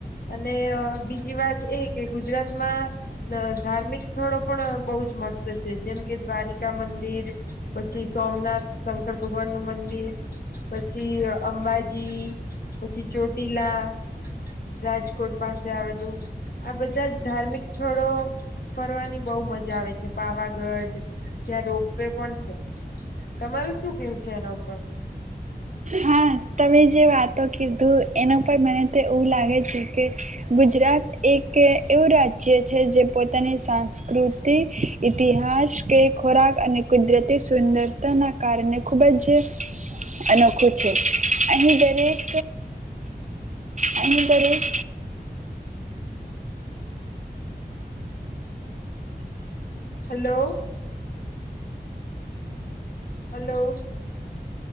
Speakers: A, on the left (about 65°); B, on the right (about 45°).
A: અને બીજી વાત એ કે ગુજરાતમાં ધાર્મિક સ્થળો પણ બહુ જ મસ્ત જેમ કે દ્વારિકા મંદિર પછી સોમનાથ શંકર ભગવાન નું મંદિર પછી અંબાજી પછી ચોટીલા રાજકોટ પાસે આવેલું આ બધા જ ધાર્મિક સ્થળો ફરવાની બહુ મજા આવે છે પાવાગઢ જ્યાં રોપ વે પણ છે તમારું શું કેવું છે એના ઉપર
B: હા તમે જે વાતો કીધું એના પર મને તો એવું લાગે છે કે ગુજરાત એક એવું રાજ્ય છે જે પોતાની સાંસ્કૃતિ, ઇતિહાસ કે, ખોરાક અને કુદરતી સુંદરતાના કારણે ખૂબ જ અનોખું છે અહીની દરેક અહીની દરેક
A: હલો હલો